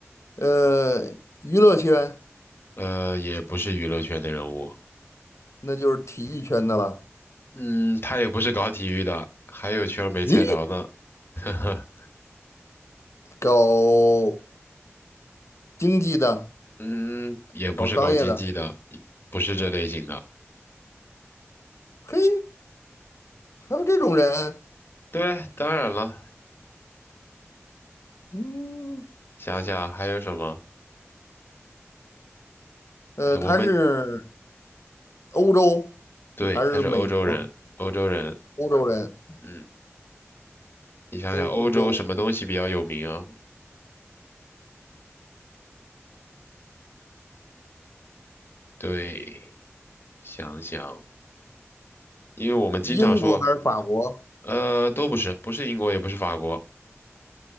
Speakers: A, on the left (about 70°); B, on the left (about 50°).
A: 呃，娱乐圈
B: 呃，也不是娱乐圈的人物，
A: 那就是体育圈的了，
B: 嗯，他也不是搞体育的，还有圈儿没猜着呢，
A: 咦，
B: <laughs> 呵呵，
A: 搞经济的，
B: 嗯，也不是搞经济的，
A: 搞商业的，
B: 不是这类型的。
A: 嘿，还有这种人，
B: 对，当然了，
A: 嗯，
B: 想想还有什么？
A: 呃，
B: 哎，
A: 他是
B: 我们
A: 欧洲还是美国？
B: 对，他是欧洲人，欧洲人，
A: 欧洲人，
B: 嗯，你想想欧洲什么东西比较有名啊？
A: 欧洲，
B: 对，想想，因为我们经常说。
A: 英国还是法国？
B: 呃，都不是，不是英国，也不是法国，